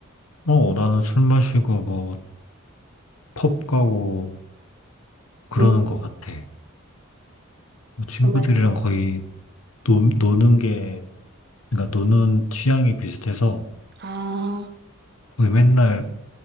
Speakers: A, on the left (about 90°); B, on the right (about 50°).
A: 어, 나는 술 마시고, 뭐, 펍 가고, 그러는
B: 음.
A: 것 같아. 뭐 친구들이랑
B: 그러면
A: 거의, 노, 노는 게 그러니까 노는 취향이 비슷해서
B: 아,
A: 거의 맨날